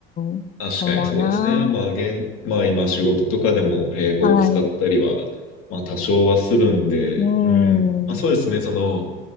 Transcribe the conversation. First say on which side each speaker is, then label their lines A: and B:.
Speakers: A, on the left; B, on the left.
A: ん。
B: 確かにそうですね。
A: 思うな。
B: まあ、現、まあ今仕事とかでも英語を使ったりは、
A: はい。
B: まあ多少はするんで、
A: うーん。
B: うん。まあそうですね、その、